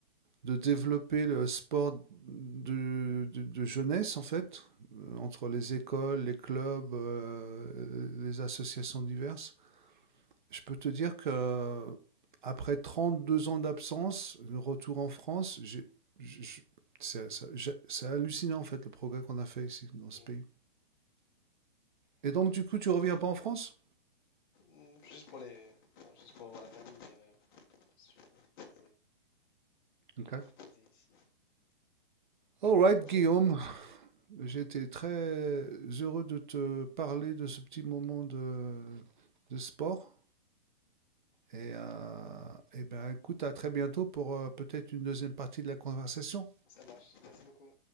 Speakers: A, on the right; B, on the left.
A: de développer le sport de, de- de jeunesse, en fait, euh, entre les écoles, les clubs, euh, les associations diverses. Je peux te dire que après trente deux ans d'absence, le retour en France, j'ai- je- je- c'est ça- j'ai- c'est hallucinant, en fait, le progrès qu'on a fait ici, dans ce
B: mm.
A: pays. Et donc, du coup, tu reviens pas en France?
B: Mm, Juste pour les... non, juste pour voir la famille, mais euh, je suis basé,
A: Ok.
B: basé ici.
A: All right,
B: Ok,
A: Guillaume, j'ai été très heureux de te parler de ce petit moment de, de sport. Et, euh, et ben, écoute, à très bientôt pour euh, peut-être une deuxième partie de la conversation.
B: ça marche. Merci beaucoup.